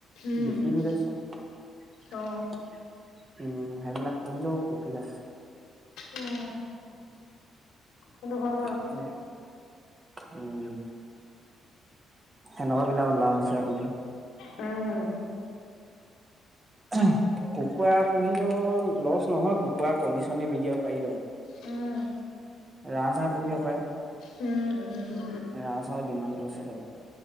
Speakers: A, on the left (about 80°); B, on the right (about 25°).
A: উম
B: বিক্ৰী দিলে চব
A: অ অ
B: উম সেইবিলাক পুহিলেও প্ৰফিট আছে
A: উম <unintelligible> সেটো হয়
B: তাকে
A: বাৰু
B: উম সেনেকোৱা বিলাকত লাভ আছে আৰু ইমান
A: উম
B: হয় কুকুৰা পুহিলেও লছ নহয় কুকুৰা কণী চনী বিকে পাৰিলে
A: উম
B: ৰাজহাঁহ পুহিব পায়
A: উম উম
B: ৰাজহাঁহৰ ডিমানটো আছে টো